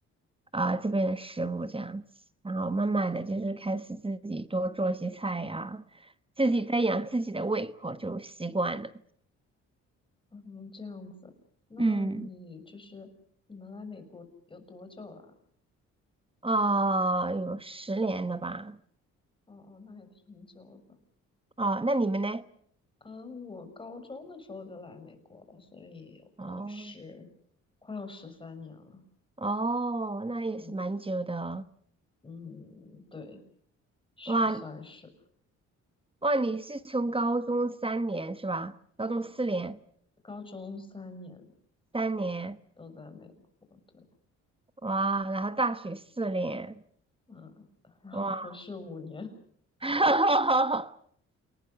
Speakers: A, on the right; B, on the left.
A: 啊、这边的食物这样子，然后慢慢的就是开始自己多做一些菜呀、自己在养自己的胃口就习惯了。
B: 嗯，这样子。那你就是你们来美国有多久了？
A: 嗯，啊、有十年了吧？
B: 哦哦，那也挺久的。
A: 哦，那你们呢？
B: 呃，我高中的时候就来美国了，所以有个十，
A: 哦
B: 快要十三年了。
A: 哦，那也是蛮久的。
B: 嗯嗯，对。是算是
A: 哇哇，你是从高中三年是吧？高中四年，
B: 高中三年
A: 三年。
B: 都在美国，对，
A: 哇，然后大学四年，
B: 嗯，然后博士五年，
A: 哇 <laughs>